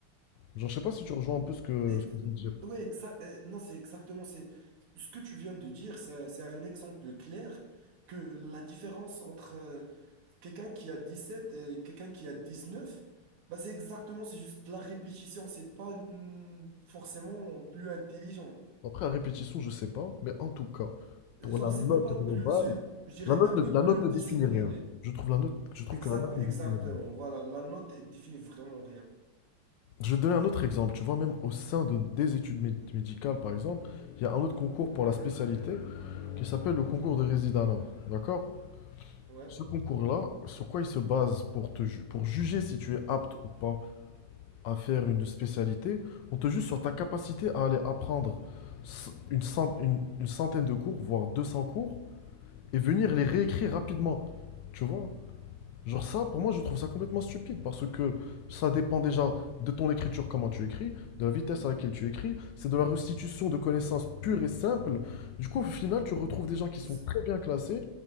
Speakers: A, on the left; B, on the right.
A: Genre, je sais pas si tu rejoins un peu ce que,
B: Et,
A: ce que je
B: euh,
A: veux dire.
B: ouais, exa- euh, non, c'est exactement. C'est ce que tu viens de dire. C'est, c'est un exemple clair que la différence entre euh, quelqu'un qui a 17 et quelqu'un qui a dix neuf bah, c'est exactement. C'est juste la répétition. C'est pas mm, forcément plus intelligent.
A: Après, à répétition, je sais pas, mais en tout cas,
B: Genre,
A: pour la note
B: c'est même pas
A: globale,
B: plus. Je, je dirais
A: la note
B: un
A: ne,
B: peu
A: la
B: plus
A: note ne
B: discipliné.
A: définit rien. Je trouve la note, je trouve
B: Exact,
A: que la note
B: ouais,
A: ne
B: exactement,
A: définit rien.
B: voilà, la note, elle définit vraiment rien.
A: Je vais te donner un autre exemple. Tu vois, même au sein de, des études mé- médicales, par exemple, il y a un autre concours pour la spécialité qui s'appelle le concours de résidana. D'accord?
B: Ouais.
A: Ce concours-là, sur quoi il se base pour te ju- pour juger si tu es apte ou pas à faire une spécialité, on te juge sur ta capacité à aller apprendre s- une cent- une- une centaine de cours, voire 200 cours et venir les réécrire rapidement. Tu vois? Genre ça, pour moi, je trouve ça complètement stupide parce que ça dépend déjà de ton écriture, comment tu écris, de la vitesse à laquelle tu écris, c'est de la restitution de connaissances pure et simple. Du coup, au final, tu retrouves des gens qui sont
B: Z-
A: très bien classés,